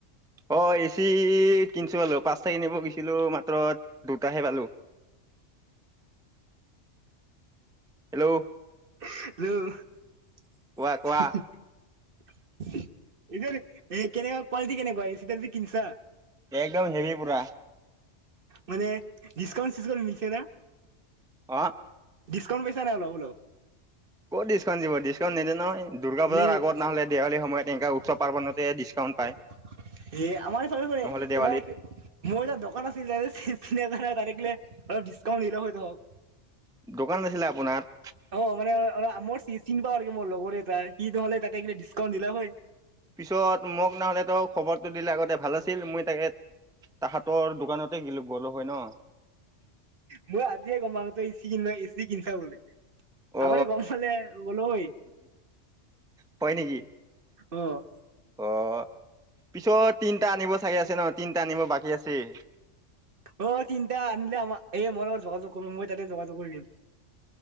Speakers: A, in the centre; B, on the right.
A: অ' ইচি কিনিছো পালো, পাঁচটা কিনিব গৈছিলো। মাত্ৰ দুটাহে পালো। হেল্ল'
B: <unintelligible> <unintelligible> এইটোৰ
A: কোৱা কোৱা
B: এ' কেনেকুৱা কোৱালিটি কেনেকুৱা এচি ডাল যি কিনছা?
A: একদম হেভি পুৰা।
B: মানে ডিছকাউণ্ট চিছকাউণ্ট মিলছে না।
A: অ'
B: ডিছকাউণ্ট পাইছা নাই অলপ অলপ
A: ক'ত ডিছকাউণ্ট দিব, ডিছকাউণ্ট নেদে নহয়। দুৰ্গা পূজাৰ
B: নেই এ
A: আগত নহ'লে দেৱালী সময়ত এনেকা উৎসৱ পাৰ্বণতে ডিছকাউণ্ট পায়
B: আমাৰ সিফালৰে
A: নহ'লে দেৱালীত
B: কিবা মোৰ এটা দোকান আছিল ছিঙা -ভাঙা ডাইৰেক্টলি অলপ ডিচকাউন্ট দিলে হৈ যাব।
A: দোকান আছিলে আপোনাৰ?
B: অ' মানে অ' আমাৰ চিন পাওঁ আৰু মোৰ লগৰ এটা সি নহ'লে তাতে কি ডিচকাউন্ট দিলা হয়।
A: পিছত মোক নহ'লে তো খবৰটো দিলে আগতে ভাল আছিল। ছিল মই তাকে তাহাঁতৰ দোকানতে গেলো হয় অলপ হয় ন?
B: মই আজিয়ে গম পাও তই এচি কিনিবা এচি কিনছা বুলি
A: অ
B: আগতে গম পালে গলো হৈ
A: হয় নেকি
B: অ'।
A: অ' পিছত তিনটা আনিব চাগি আছে ন'। তিনিটা আনিববাকী আছেই।
B: অ' তিনটা আনিলে আমাৰ এই মই লগত যোগাযোগ কৰি মই তাতে যোগাযোগ কৰি দিম।